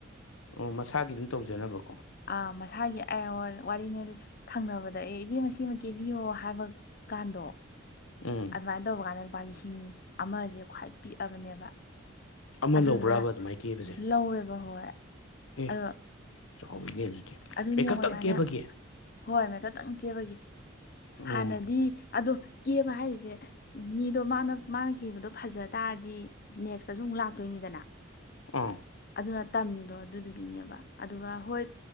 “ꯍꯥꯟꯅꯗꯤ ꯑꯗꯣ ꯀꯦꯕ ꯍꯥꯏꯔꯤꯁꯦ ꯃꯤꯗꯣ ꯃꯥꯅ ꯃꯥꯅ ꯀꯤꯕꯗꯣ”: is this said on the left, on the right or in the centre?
Left